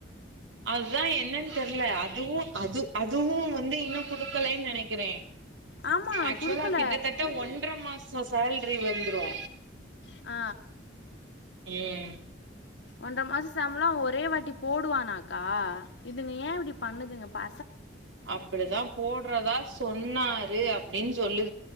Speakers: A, on the right; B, on the left.
A: அதுதா என்னன் தெரில அதுவு அது அதுவு வந்து இன்னு கொடுக்கலைன் நெனைக்கிறே
B: ஆமாம்
A: ஆக்சுவலா
B: கொடுக்கல
A: கிட்டத்தட்ட ஒன்ற மாச சேல்ரி வந்துரு
B: ஆ
A: ம்
B: ஒன்ற மாச சம்பளம் ஒரே வாட்டி போடுவானாக்கா இதுங்க ஏ இப்டி பண்ணுதுங்க ப
A: அப்பிடிதான் போடறதா சொன்னாரு அப்பிடின்னு சொல்லு